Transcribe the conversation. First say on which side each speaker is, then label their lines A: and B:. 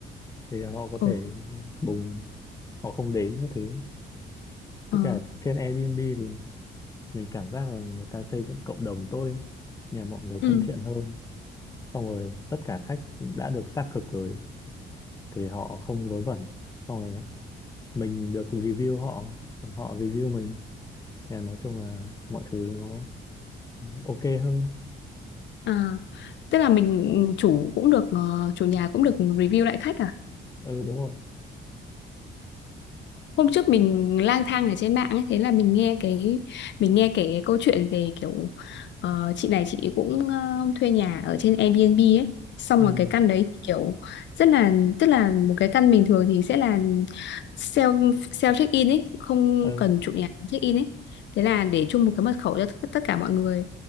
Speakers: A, on the left; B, on the left.
A: Thì họ có
B: ừ,
A: thể bùng, họ không đến các thứ.
B: ờ,
A: Với cả trên Airbnb thì mình cảm giác là người ta xây dựng cộng đồng tốt ấy. Nên là mọi người
B: ừ.
A: thân thiện hơn. Xong rồi tất cả khách đã được xác thực rồi thì họ không vớ vẩn. Xong rồi mình được review họ, còn họ review mình. Thì nói chung là mọi thứ nó Ừ, ok hơn
B: À, tức là mình chủ cũng được ờ, chủ nhà cũng được review lại khách à
A: ừ đúng rồi
B: hôm trước mình lang thang ở trên mạng ấy, thế là mình nghe cái mình nghe kể cái câu chuyện về kiểu ờ, chị này chị cũng ờ, thuê nhà ở trên Airbnb ấy xong
A: ừ
B: rồi cái căn đấy kiểu rất là tức là một cái căn bình thường thì sẽ là self self check in ấy không
A: ừ
B: cần chủ nhà check in ấy thế là để chung một cái mật khẩu cho tất tất cả mọi người